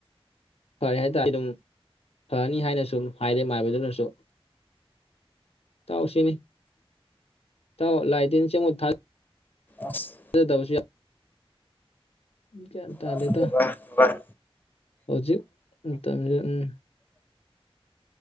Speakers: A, on the left (about 75°); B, on the left (about 20°).
A: ꯐꯔꯦ ꯍꯥꯏꯇꯥꯔꯦ ꯑꯗꯨꯝ ꯐꯔꯅꯤ ꯍꯥꯏꯅꯁꯨ ꯍꯥꯏꯔꯦ ꯃꯥꯏꯕꯗꯨꯅꯁꯨ ꯇꯥꯎꯁꯤꯅꯤ ꯏꯇꯥꯎ ꯂꯥꯏ ꯇꯤꯟ ꯆꯉꯛ ꯊꯥ
B: ꯑꯁ
A: ꯑꯣꯏꯗꯕꯁꯨ ꯌꯥꯏ ꯒꯌꯥꯟ ꯇꯥꯗꯦꯇꯥ
B: ꯃꯥꯅꯤꯅꯦ ꯚꯥꯏ ꯚꯥꯏ
A: ꯍꯧꯖꯤꯛ ꯃꯇꯝꯁꯦ ꯎꯝ